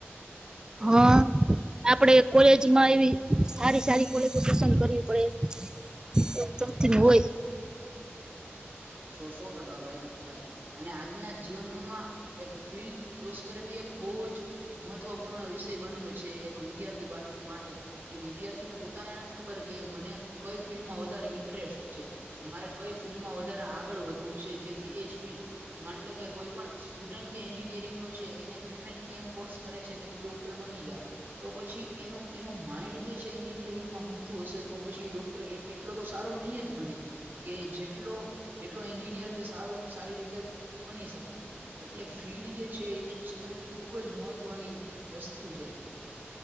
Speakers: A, on the right; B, on the right.
A: હા. આપડે કોલેજમાં એવી સારી સારી કોલેજો પસંદ કરવી પડે. ચમથી
B: હા
A: ન હોય.
B: સો સો ટકા ભાઈ. ભાઈ અને આજના જીવનમાં એક ફિલ્ડ ચૂસ કરવી એક બહુ જ. મહત્વપૂર્ણ વિષય બન્યો છે એક વિદ્યાર્થી માટે. એ વિદ્યાર્થી ને પોતાને નથી ખબર કે મને કઈ ફિલ્ડમાં વધારે ઇન્ટરેસ્ટ છે. મારે કઈ ફિલ્ડમાં વધારે આગળ વધવું છે જેથી એજ ફિલ્ડ. માન લો કે કોઈ પણ સ્ટુડન્ટ જે એન્જિનિયરિંગ નો છે એને ફેમિલીથી એમ ફોર્સ. કરે છે કે, તું ડોક્ટર બની જા. તો પછી, એનું એનું માઇન્ડ જે છે, એન્જિનિયરિંગમાં ગુમતું હશે, તો પછી ડોક્ટર એટલો તો સારો નહીં જ બને. કે જેટલો જેટલો એન્જિનિયર તે સાર સારી રીતે બની શકત એટલે ફિલ્ડ જે છે એ ચૂઝ કરવી. ખુબ જ મહત્વની વસ્તુ છે.